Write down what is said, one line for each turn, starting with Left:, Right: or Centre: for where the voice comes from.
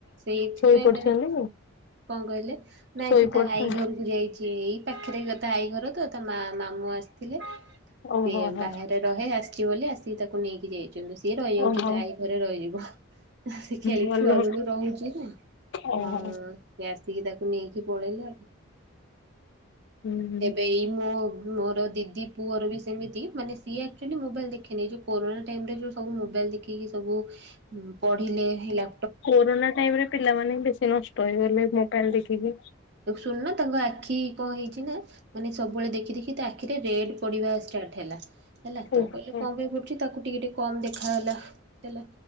Right: ସେଇଥିପାଇଁ
Left: ଶୋଇ ପଡିଛନ୍ତି
Right: ମାନେ କଣ କହିଲେ ନାଇଁ
Left: ଶୋଇ
Right: ସି ତା
Left: ପଡିଛନ୍ତି।
Right: ଆଈ ଘରକୁ ଯାଇଛି ଏଇ ପାଖରେ ଗ ତା ଆଈ ଘର ତ ତା ମା ମାମୁଁ ଆସିଥିଲେ। ସେ
Left: ଓହୋ ହୋ
Right: ବାହାରେ ରହେ ଆସିଛି ବୋଲି ଆସିକି ତାକୁ ନେଇକି ଯାଇଛନ୍ତି। ସିଏ ରହିଯାଉଛି
Left: ଓହୋ
Right: ତ ଆଈ ଘରେ ରହିଯିବ ସେ ଖେଳ
Left: ଭଲ
Right: ଛୁଆ ବେଳୁ ରହୁଛି ନା।
Left: ଓହୋ
Right: ହଁ ଆସିକି ତାକୁ ନେଇକି ପଳେଇଲେ ଆଉ।
Left: ହୁଁ
Right: ଏବେ ଏଇ ମୋ ମୋର ଦିଦି ପୁଅର ବି ସେମିତି ମାନେ ସିଏ ଆକଚୁଆଲି ମୋବଲ ଦେଖନି ଏଇ ଯୋଉ କୋରୋନା ଟାଇମରେ ଯଉ ସବୁ ମୋବାଇଲ ଦେଖିକି ସବୁ ପଢି଼ଲେ ହେଲା।
Left: କୋରୋନା ଟାଇମ ରେ ପିଲାମାନେ ବେଶୀ ନଷ୍ଟ ହେଇଗଲେ ମୋବାଇଲ ଦେଖିକି।
Right: ଶୁଣୁ ନା ତାଙ୍କ ଆଖି କଣ ହେଇଛି ନା ମାନେ ସବୁବେଳେ ଦେଖି ଦେଖି ତା ଆଖିରେ ରେଡ୍ ପଢିବା ଷ୍ଟାର୍ଟ ହେଲା ହେଲା ତ
Left: ଓହୋ
Right: କହିଲେ କଣ ପାଇଁ ପଡ଼ୁଛି ତାକୁ ଟିକେ ଟିକେ କମ ଦେଖାହଲା ହେଲା